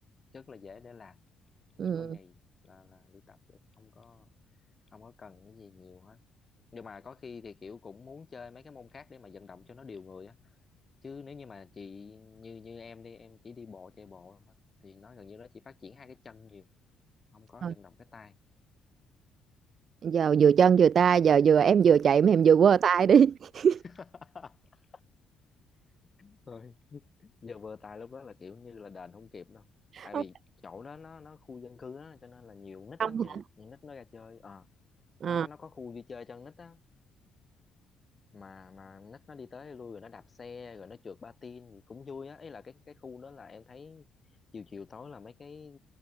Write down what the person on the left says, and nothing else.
rất là dễ để làm
có giày là là đi tập được không có không có cần cái gì nhiều hết nhưng mà có khi thì kiểu cũng muốn chơi mấy cái môn khác để mà vận động cho nó điều người á chứ nếu như mà chị như như em đi em chỉ đi bộ chạy bộ thôi thì nó gần như nó chỉ phát triển hai cái chân nhiều không có
vận động cái tay
<laughs> Ừ. Rồi. giờ vừa tài lúc đó là kiểu như là đền không kịp đâu tại
vì chỗ đó nó nó khu dân cư á cho nên là nhiều nít
lắm chị
nhiều nít nó ra chơi Ờ
nó nó có khu vui chơi cho con nít á mà mà nít nó đi tới lui rồi nó đạp xe rồi nó trượt patin gì cũng vui á ý là cái cái khu đó là em thấy chiều chiều tối là mấy cái